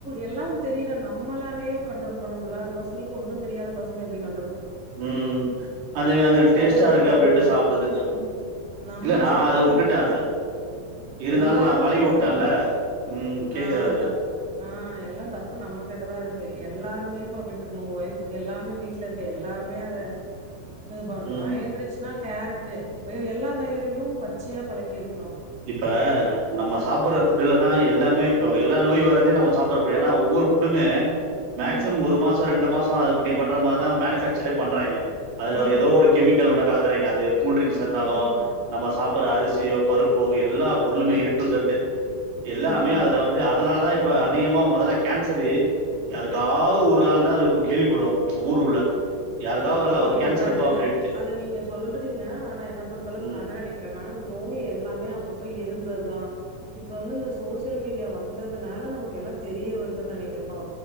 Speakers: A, in the centre; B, on the right.
A: எல்லாம் தெரியும் நம்மாலேய கண்ட்ரோல் பண்ண முடியல அந்த பசங்களுக்கு ஒன்னும் தெரியாத பசங்க எப்படி கன்ட்ரோ
B: ம் அதுங்க அது டேஸ்ட்டா
A: சாப்பறத
B: இருக்கு
A: நிப்பாட்டணு
B: அப்படின்ட்டு சாப்பிடுதுங்க
A: நம்ம
B: இல்ல நான்
A: சாப்பறது
B: அத உட்டுட்டேன் அத இருந்தாலும்
A: எல்லாருமே
B: நான் பழகி
A: உட்ரணு
B: வுட்டேன்ல ம் கேக்குராளுக
A: ஆ தப் ஆ எல்லாம் தப்பு நம்மகிட்டதான் இருக்கு எல்லாருமே இப்ப விட்டுருனும் உங்க ஒய்ஃப் எல்லாமே வீட்டுல இருக்கு எல்லாருமே அதை இது பண்ணும்
B: ம்
A: ஆயன்றிச்னா கேரட்டு எல்லா காய்கறியும் பச்சையா பழக்கிருக்
B: இப்ப நம்ம சாப்பிடுற புட்டு்ல தான் எல்லாமே இப்ப எல்லா நோய் வர நம்ம சாப்பிடறோா ஒவ்வொரு புட்டுமே மேக்சிம்மம்
A: ம்
B: ஒரு மாசம் ரெண்டு மாசம் சம் அப்படி பண்ற மாரிதான் மேனுபக்சரெய் பண்றாங்க அதுல
A: ஆமா
B: ஏதோ ஒரு கெமிக்கல் உனக்கு கலகறேங்க அது கூள்டிரிங்க்ஸ்ஹ் இருந்தாலும்
A: ஆமா
B: நம்ம சாப்பிடற அரிசியோ பருப்பு இப்போ எல்லா பொருளுமே ஏட்டு செட்டு எல்லாமே
A: ஆமா
B: அதுல வந்து அதனால தான் இப்ப அதிகமா முதல்ல கேன்சரு யாருக்காவது ஒரு ஆள் தான் இருக்கும் கேள்வி படுவோம் ஊரு உள்ள யாருக்காவது
A: அப்படி
B: ஒரு ஆள் அவருக்கு கேன்சர்
A: உங்க
B: இருப்பா
A: என
B: அப்படின்ட்டு
A: அது நீங்க சொல்றீங்க ஆனா என்ன பொறுத்தளவுக்கு
B: ம்
A: நான் என்ன நினைக்கிறேன்னா நோய் எல்ல எல்லாமே அப்பப்ப இருந்தது தான் இப்ப வந்து இந்த சோசியல் மீடியா வந்ததுனால நமக்கு எல்லாம் தெரிய வருதுன்னு நினைக்கிரனோ